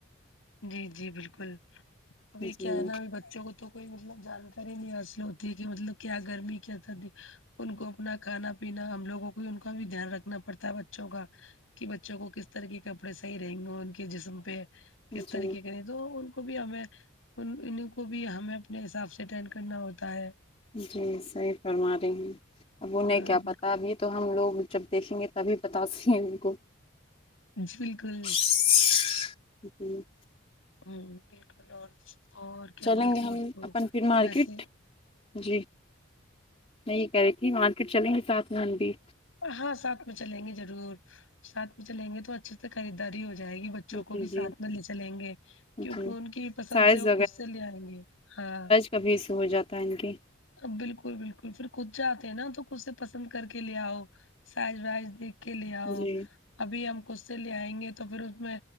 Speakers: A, on the left (about 70°); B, on the left (about 30°).
A: جی جی بالکل ابھی
B: جی
A: کیا ہے نا اب بچوں کو تو کوئی مطلب جانکاری نہیں حاصل ہوتی ہے کہ مطلب کیا گرمی کیا سردی ان کو اپنا کھانا پینا ہم لوگوں کو ان کا بھی دھیان رکھنا پڑتا ہے بچوں کا کہ بچوں کو کس طرح کے کپڑے صحیح رہیں گے ان کے جسم پہ کس طریقے
B: جی
A: کے تو ان کو بھی ہمیں ان ان کو بھی ہمیں اپنے حساب سے اٹینڈ کرنا ہوتا ہے
B: جی صحیح فرما رہی ہیں اب انہیں
A: جی
B: کیا پتا بھی تو ہم لوگ جب دیکھیں گے تبھی بتا سک ہیں ان کو
A: جی بالکل
B: جی
A: ہوں بالکل اور اور کیا
B: چلیں
A: بولتی
B: گے ہم
A: ہے اس کو
B: اپن پھر مارکیٹ
A: ویسے
B: جی میں یہ کھرہی تھی مارکیٹ چلیں گی سات میں ہم بھی
A: ہاں ساتھ میں چلیں گے ضرور ساتھ میں چلیں گے تو اچھے سے خریداری ہو جائے گی بچوں
B: جی
A: کو بھی
B: جی
A: ساتھ میں لے چلیں گے کیونکہ
B: جی
A: ان کی پسند
B: سائز
A: سے وہ خود سے لے آئیں گے ہاں
B: کبھی سو جاتا ہے ان کے
A: ا بالکل بالکل پھر خود جاتے ہیں نا تو خود سے پسند کر کے لے آؤ سائز وائز دیکھ کے لے آؤ
B: جی
A: ابھی ہم خود سے لے آئیں گے تو پھر اس میں